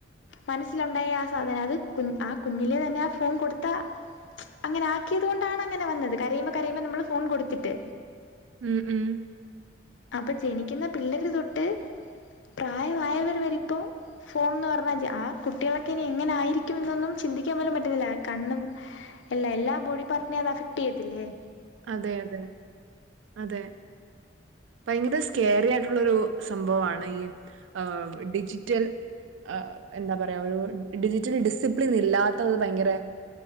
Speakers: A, on the left; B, on the right.
A: മനസ്സിലുണ്ടായ ആ സാധനം അത് കു ആ കുഞ്ഞിലെ തന്നെ ആ ഫോൺ കൊടുത്ത അങ്ങനെ ആക്കിയത് കൊണ്ടാണങ്ങനെ വന്നത് കരയുമ്പോ കരയുമ്പോ നമ്മള് ഫോൺ കൊടുത്തിട്ട്.
B: ംം
A: അപ്പോ ജനിക്കുന്ന പിള്ളേര് തൊട്ട് പ്രായമായവർ വരിപ്പോ ഫോൺ ന്ന് പറഞ്ഞാ ആ കുട്ടികളൊക്കെ ഇനി എങ്ങനെ ആയിരിക്കും എന്നൊന്നും ചിന്തിക്കാൻ പോലും പറ്റുന്നില്ല. കണ്ണും എല്ല എല്ലാ ബോഡി പാർട്ടിനെം അത് അഫക്ടെയ്യത്തില്ലേ?
B: അതെ അതെ അതെ. ഭയങ്കര സ്കെയറി ആയിട്ടുള്ളൊരു സംഭവമാണ് ഈ ആ ് ഡിജിറ്റൽ ് എന്താ പറയാ ഒരു ഡിജിറ്റൽ ഡിസിപ്ലിൻ ഇല്ലാത്തത് ഭയങ്കര